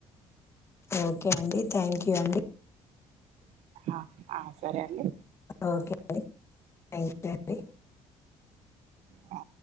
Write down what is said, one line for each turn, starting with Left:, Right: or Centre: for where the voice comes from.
Left: ఓకే అండి థ్యాంక్ యూ అండి
Right: ఆ ఆ సరే అండి
Left: ఓకే అండి థ్యాంక్ యూ అండి
Right: ఆ